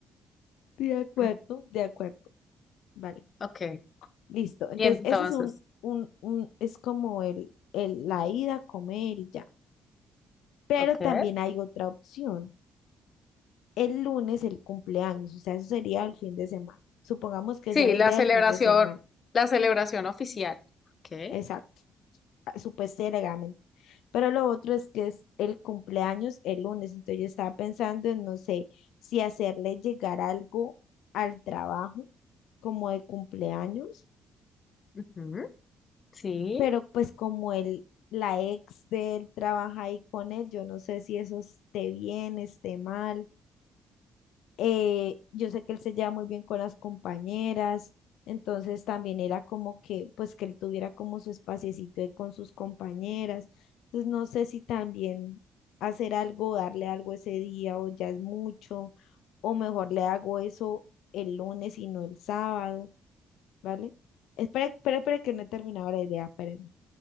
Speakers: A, on the left; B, on the left.
A: De acuerdo,
B: Mm,
A: de acuerdo. Vale,
B: Ok,
A: listo. Entonces,
B: y entonces,
A: ese es un, un, un, es como el, el, la ida a comer y ya. Pero
B: ok.
A: también hay otra opción. El lunes, el cumpleaños, o sea, eso sería el fin de semana. Supongamos que
B: Sí,
A: esa es la
B: la
A: idea
B: celebración,
A: del fin de semana.
B: la celebración oficial. Ok,
A: Exacto, ah, supuestamente. legalmente. Pero lo otro es que es el cumpleaños el lunes, entonces yo estaba pensando en, no sé, si hacerle llegar algo al trabajo como de cumpleaños,
B: ujú, Sí,
A: pero pues como el, la ex de él trabaja ahí con él, yo no sé si eso esté bien, esté mal, eh, yo sé que él se lleva muy bien con las compañeras, entonces también era como que, pues que él tuviera como su espaciecito ahí con sus compañeras. Entonces no sé si también hacer algo, darle algo ese día o ya es mucho, o mejor le hago eso el lunes y no el sábado, ¿vale? Espera, espera, espera que no he terminado la idea, espérame.